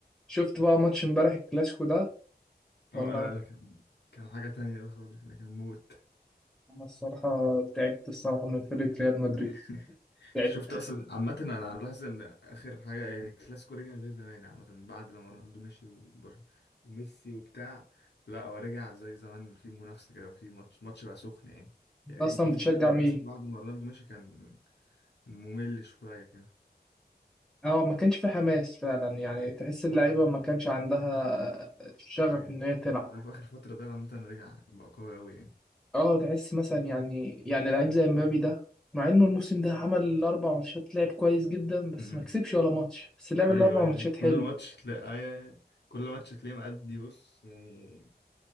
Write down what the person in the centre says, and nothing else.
شفت بقى ماتش امبارح الكلاسيكو ده
ولا
ما-
انا الصراحه تعبت الصراحه من فريق ريال مدريد
تعبت
انت
اصلا
بتشجع
مين
اه ما كانش في حماس فعلا يعني
تحس اللعيبه ما كانش عندها شغف
ان هي تلعب
اه تحس مثلا يعني يعني لعيب زي مبابي ده مع انه الموسم ده عمل اربع ماتشات لعب كويس جدا بس
ما كسبش ولا ماتش بس لعب الاربع
ماتشات حلو